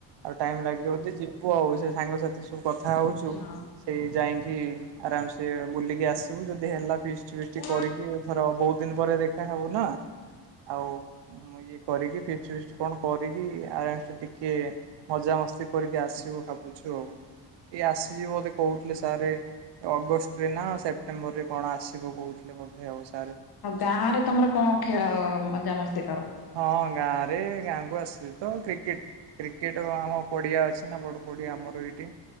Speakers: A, on the right; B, on the left.
A: ଆଉ ଟାଇମ୍ ଲାଗିବ ଯଦି ଯିବୁ ଆଉ ସେ ସାଙ୍ଗସାଥି ସବୁ କଥା ହଉଚୁ।
B: ହଁ।
A: ଏ ଯାଇଁକି ଆରାମ ସେ ବୁଲିକି ଆସିବୁ ଯଦି ହେଲା ଫିଷ୍ ଠୀ ବିଷ୍ଟ୍
B: ହଁ
A: କରିକି ଏଥର ବୋହୁତ୍ ଦିନି ପରେ ଦେଖା ହବୁ ନା ଆଉ ମୁଁ ଇଏ କରିକି ଫିଷ୍ଟ୍ ବିଷ୍ଟ୍ କଣ କରିକି <unintelligible> ଟିକେ ମଜାମସ୍ତି କରିକି ଆସିବୁ ଭାବୁଛୁ ଆଉ ଏଇ ଆସିଯିବ ବୋଧେ କହୁଥିଲେ ସାରେ ଅଗଷ୍ଟରେ ନା ସେପ୍ଟେମ୍ବରରେ କଣ ଆସିବ କହୁଥିଲେ ବୋଧେ ଆଉ ସା
B: ଆଉ ଗାଁ ରେ ତମର କଣ ଖେଳ ମଜାମସ୍ତି କର?
A: ହଁ ଗାଁ ରେ ଗାଁ କୁ ଆସିଲି ତ କ୍ରିକେଟ କ୍ରିକେଟ ଆମ ପଡିଆ ଅଛି ନା ବଡ ପଡିଆ ଆମର ଏଇଠି